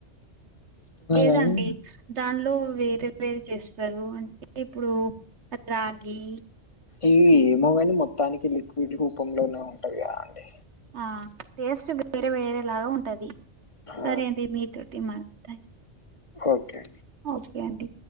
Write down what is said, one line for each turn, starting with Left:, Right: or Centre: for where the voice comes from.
Right: ఏదంటి
Left: గాని
Right: దానిలో వేరే వేరు చేస్తారు అంటే ఇప్పుడు రాగి
Left: ఈ ఏమో కాని మొత్తానికి లిక్విడ్ రూపంలోనే ఉంటది కద అండి
Right: ఆ టేస్ట్ వేరే వేరేలాగా ఉంటది
Left: ఆ
Right: సరే అండి మీతో మా థ్యాంక్
Left: ఓకే
Right: ఓకే అండీ